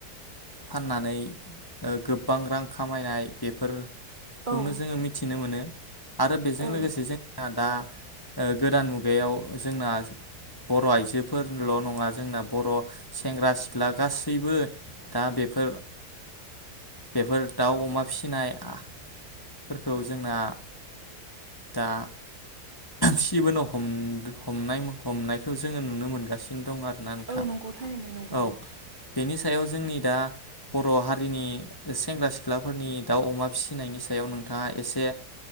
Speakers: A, on the left; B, on the right.
A: फाननानै ओ गोबां रां खामायनाय बेफोर खौनो
B: औ
A: जोङो मिथिनो मोनो आरो बेजों
B: औ
A: लोगोसे जोंना दा ओ गोदान मुगायाव जोंना बर' आइजोफोरल' नङा जोंना बर' सेंग्रा सिख्ला गासैबो दा बेफोर बेफोर दाउ अमा फिसिनाय आ फोरखौ जोंना दा सिबोनो हम हनाय हमनायखौ जोङो नुनो मोनगासिनो दं आरो नोंथां
B: औ नंगौ थारैनो नंगौ
A: औ
B: नंगौ
A: बेनि सायाव जोंनि दा बर' हारिनि सेंग्रा सिख्लाफोरनि दाउ अमा फिसिनायनि सायाव नोंथाङा एसे